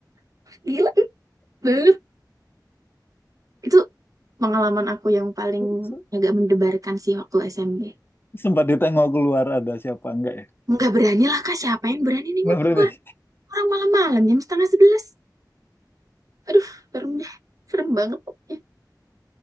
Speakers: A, on the right; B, on the left.
A: gila banget. Itu pengalaman aku yang paling
B: Se-
A: agak mendebarkan sih waktu SMP.
B: Sempat ditengok keluar ada siapa enggak ya?
A: Nggak berani lah kak siapa yang berani nih
B: Nggak
A: gua
B: pernah
A: keluar
B: deh.
A: orang malam-malam jam setengah sebelas. Aduh serem deh serem banget pokoknya.